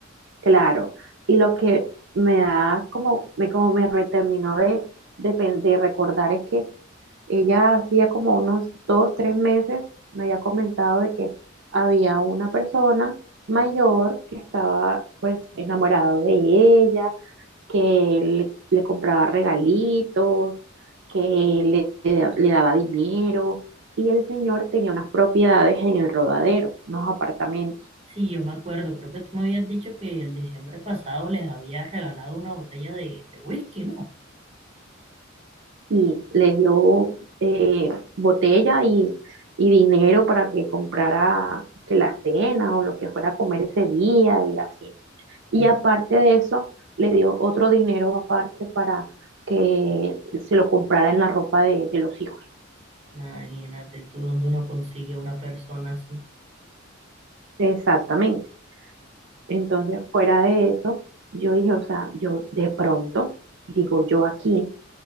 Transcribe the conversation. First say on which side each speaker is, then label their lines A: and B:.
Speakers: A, on the right (about 65°); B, on the right (about 30°).
A: Claro. Y lo que me da como, me, como me reterminó de, de, pen- de recordar es que ella hacía como unos dos, tres meses me había comentado de que había una persona mayor que estaba pues enamorado de ella, que le, le compraba regalitos, que le, le le daba dinero y el señor tenía unas propiedades en el Rodadero, unos apartamentos
B: Sí, yo me acuerdo, creo que tú me habías dicho que el diciembre pasado les había regalado una botella de, de whisky, ¿no?
A: y le dio eh, botella y, y dinero para que comprara que la cena o lo que fuera a comer ese día y así. Y
B: Que-
A: aparte de eso, le dio otro dinero aparte para que se lo comprara en la ropa de, de los hijos.
B: imagínate tú dónde uno consigue una persona así.
A: Exactamente. Entonces, fuera de eso, yo dije, o sea, yo de pronto, digo yo aquí,